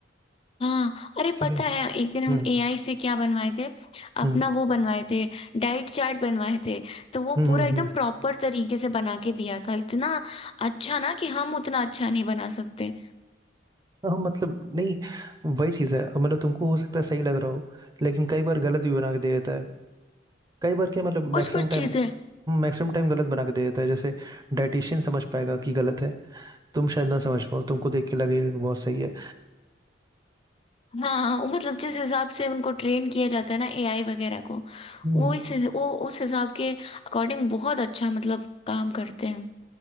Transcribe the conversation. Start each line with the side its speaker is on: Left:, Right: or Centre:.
Left: हाँ अरे
Right: ठीक
Left: पता
Right: है
Left: है एक दिन हम
Right: हम्म
Left: एआई से क्या बनवाए थे
Right: हम्म
Left: अपना वो बनवाए थे डाइट चार्ट बनवाए थे तो वो
Right: हम्म
Left: पूरा
Right: हम्म
Left: एकदम
Right: हम्म।
Left: प्रॉपर तरीके से बना के दिया था इतना अच्छा ना कि हम उतना अच्छा नहीं बना सकते
Right: हाँ मतलब नहीं वही चीज़ है मतलब तुमको हो सकता है सही लग रहा हो लेकिन कई बार गलत भी बना के दे देता है कई बार क्या मतलब मैक्सिमम
Left: कुछ कुछ
Right: टाइम
Left: चीजें
Right: मैक्सिमम टाइम गलत बना के दे देता है जैसे डाइटिशियन समझ पाएगा कि गलत है तुम शायद ना समझ पाओ तुमको देख के लगेगा कि बहुत सही है
Left: हाँ वो मतलब जिस हिसाब से उनको ट्रेन किया जाता है ना एआई वगैरह को
Right: हम्म,
Left: वो इस वो उस हिसाब के अकॉर्डिंग बहुत अच्छा मतलब काम करते हैं